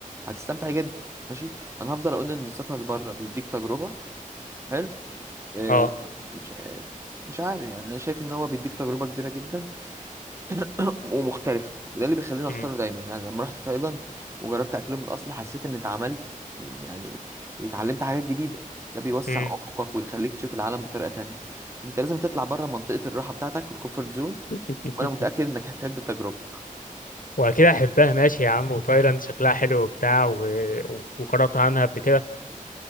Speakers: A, on the right; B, on the left.
A: هتستمتع جدا ماشي انا هفضل اقول ان السفر بره بيديك تجربه حلو آه،
B: اه
A: مش آه، مش عارف يعني انا شايف ان هو بيديك تجربه كبيره جدا <clears throat> ومختلفه وده اللي بيخليني اختاره
B: امم
A: دايما يعني لما رحت تايلاند وجربت اكلهم الاصلي حسيت ان اتعملت يعني اتعلمت حاجات جديده ده بيوسع
B: امم
A: افقك ويخليك تشوف العالم بطريقه تانية انت لازم تطلع بره منطقه الراحه بتاعتك الكومفورت زون
B: <laughs>
A: وانا متاكد انك هتحب التجربه
B: واكيد احبها ماشي يا عم وتايلاند شكلها حلو وبتاع و... و- وقرأت عنها قبل كده